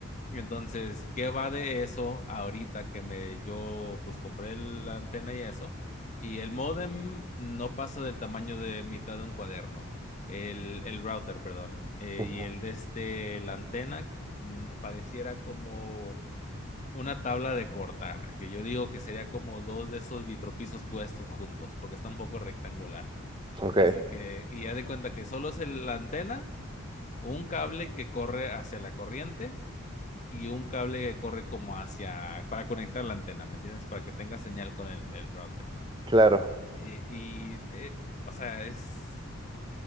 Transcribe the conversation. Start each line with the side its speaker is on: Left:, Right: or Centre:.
Left: Entonces, ¿qué va de eso ahorita que me yo pues compré la antena y eso? Y el modem no pasa del tamaño de mitad de un cuaderno. El, el router, perdón. Eh,
Right: Ujú.
Left: y el de este, la antena, mm, pareciera como una tabla de cortar, que yo digo que sería como dos de esos vitropisos puestos juntos, porque está un poco rectangular.
Right: Ok,
Left: Así que, y ya de cuenta que solo es el- la antena, un cable que corre hacia la corriente y un cable que corre como hacia, para conectar la antena, ¿me entiendes? Para que tenga señal con el, el router.
Right: claro.
Left: Eh, y, eh, o sea, es,